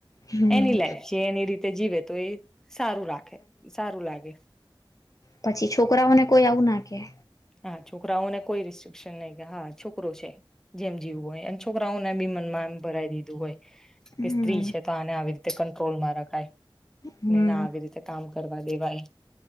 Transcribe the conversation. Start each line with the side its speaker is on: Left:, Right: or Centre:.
Left: હમ
Centre: એની લાઈ છે એની રીતે તે જીવ હતો એ સારું રાખે સારું લાગે.
Left: પછી છોકરાઓને કોઈ આવું ના કેે.
Centre: હા છોકરાઓને કોઈ રિસ્ટ્રિકશન નહી હા છોકરો છે. જેમ જીવું હોય. છોકરો ને બી <unintelligible> મનમાંમ ભરાય દે દુબઈ.
Left: હમ
Centre: કે સ્ત્રી છે. તો આને આવી રીતે કંટ્રોલમાં રખાય
Left: હમ
Centre: ના આવી રીતે કામ કરવુ દે ભાઈ